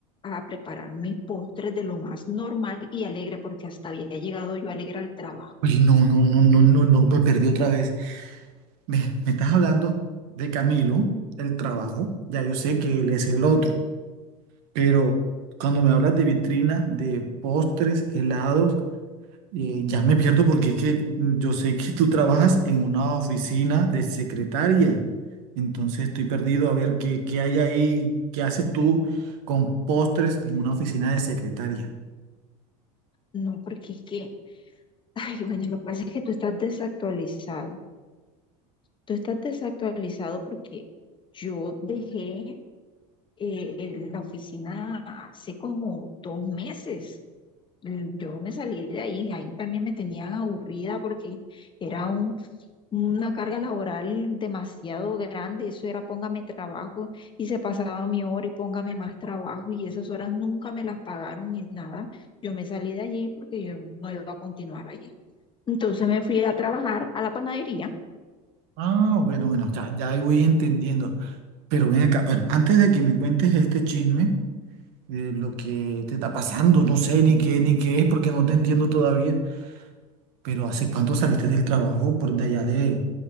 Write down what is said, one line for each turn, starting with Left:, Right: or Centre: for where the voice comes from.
Left: a preparar mis postres de lo más normal y alegre, porque hasta había llegado yo alegre al trabajo.
Right: Oye, no, no, no, no, no, no, me perdí otra vez. Me, me estás hablando de Camilo, el trabajo. Ya yo sé que él es el otro, pero cuando me hablas de vitrina, de postres, helados, Eh, ya me pierdo porque es que mm, yo sé que tú trabajas en una oficina de secretaria, entonces estoy perdido a ver qué, qué hay ahí, qué haces tú con postres en una oficina de secretaria.
Left: No, porque es que, ay, bueno, lo que pasa es que tú estás desactualizado. Tú estás desactualizado porque yo dejé eh, la oficina hace como dos meses. Yo me salí de ahí, ahí también me tenían aburrida porque era un una carga laboral demasiado grande. Eso era póngame trabajo y se pasaba mi hora y póngame más trabajo y esas horas nunca me las pagaron ni nada. Yo me salí de allí porque yo no iba a continuar allí. Entonces me fui a trabajar a la panadería.
Right: Ah, bueno, bueno, ya, ya ahí voy entendiendo. Pero ven acá, bueno, antes de que me cuentes este chisme, eh, lo que te está pasando, no sé ni qué, ni qué es porque no te entiendo todavía, pero ¿hace cuánto saliste del trabajo por de allá de,